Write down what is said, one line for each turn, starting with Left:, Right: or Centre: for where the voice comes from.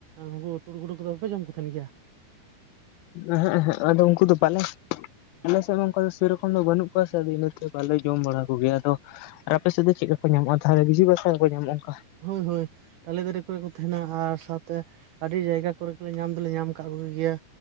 Right: ᱩᱱᱠᱩ ᱛᱩᱲ ᱜᱩᱰᱩ ᱠᱚᱫᱚ ᱵᱟᱯᱮ ᱡᱚᱢ ᱠᱚ ᱛᱟᱦᱮᱸᱱ ᱜᱮᱭᱟ?
Left: ᱮᱸᱦᱮᱸᱜ ᱮᱸᱦᱮᱜ ᱟᱞᱮᱫᱚ ᱩᱱᱠᱩ ᱫᱚ ᱯᱟᱞᱮ ᱟᱞᱮ ᱥᱮᱫ ᱢᱟ ᱥᱮᱨᱚᱠᱚᱢ ᱛᱚᱠᱷᱚᱱ ᱫᱚ ᱵᱟᱹᱱᱩᱜ ᱠᱚᱣᱟ ᱥᱮ ᱟᱫᱚ ᱤᱱᱟᱹᱛᱮ ᱵᱟᱞᱮ ᱡᱚᱢ ᱵᱟᱲᱟ ᱠᱚᱜᱮᱭᱟ᱾ ᱟᱫᱚ ᱟᱨ ᱟᱯᱮ ᱥᱮᱫ ᱫᱚ ᱪᱮᱫ ᱞᱮᱠᱟ ᱠᱚ ᱧᱟᱢᱚᱜᱼᱟ ᱛᱟᱦᱚᱞᱮ ᱵᱤᱡᱤ ᱵᱟᱥᱟ ᱦᱚᱸᱠᱚ ᱧᱟᱢᱚᱜᱼᱟ ᱚᱱᱠᱟ?
Right: ᱦᱳᱭ ᱦᱳᱭ ᱛᱟᱞᱮ ᱫᱟᱨᱮ ᱠᱚᱨᱮ ᱠᱚ ᱛᱟᱦᱮᱸᱱᱟ ᱟᱨ ᱥᱟᱶᱛᱮ ᱟᱹᱰᱤ ᱡᱟᱭᱜᱟ ᱠᱚᱨᱮ, ᱧᱟᱢ ᱫᱚᱞᱮ ᱧᱟᱢ ᱠᱟᱫ ᱠᱚ ᱜᱮᱭᱟ,